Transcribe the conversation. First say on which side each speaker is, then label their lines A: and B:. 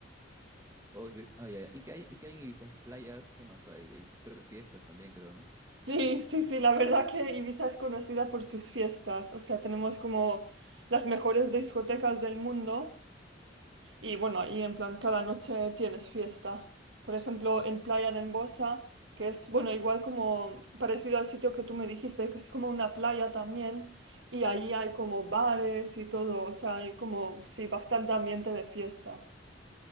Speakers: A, on the right; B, on the right.
A: Oh, yo- ah, ya, ya. ¿Y qué hay, y qué hay en Ibiza? Hay playas, ¿qué más hay? Hay- creo que fiestas también, creo, ¿no?
B: Sí, sí, sí, la verdad que Ibiza es conocida por sus fiestas, o sea, tenemos como las mejores discotecas del mundo y bueno, y en plan cada noche tienes fiesta. Por ejemplo, en Playa de Embosa, que es, bueno, igual como parecido al sitio que tú me dijiste, que es como una playa también y ahí hay como bares y todo, o sea, hay como, sí, bastante ambiente de fiesta.